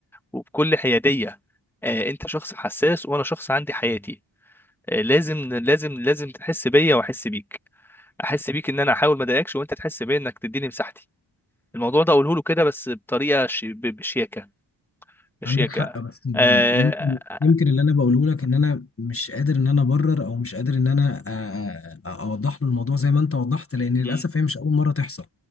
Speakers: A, in the centre; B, on the left (about 30°).
A: وبكل حياديه آه، انت شخص حساس وانا شخص عندي حياتي آه، لازم لازم لازم تحس بيا واحس بيك احس بيك ان انا احاول ما اضايقكش وانت تحس بيا انك تديني مساحتي الموضوع ده اقوله له كده بس بطريقه شي- ب- بشياكه بشياكه
B: عندك حق بس يعني
A: آه،
B: يمكن
A: آه، آه،
B: يمكن اللي انا بقوله لك ان انا مش قادر ان انا ابرر او مش قادر ان انا أ- أ- اوضح له الموضوع زي ما انت وضحت لان للاسف
A: م-
B: هي مش اول مرة تحصل